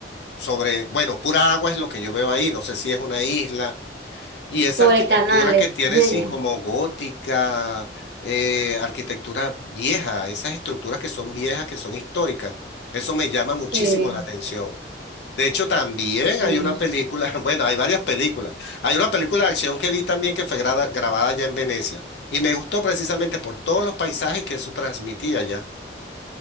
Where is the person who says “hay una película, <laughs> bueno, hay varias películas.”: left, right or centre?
Left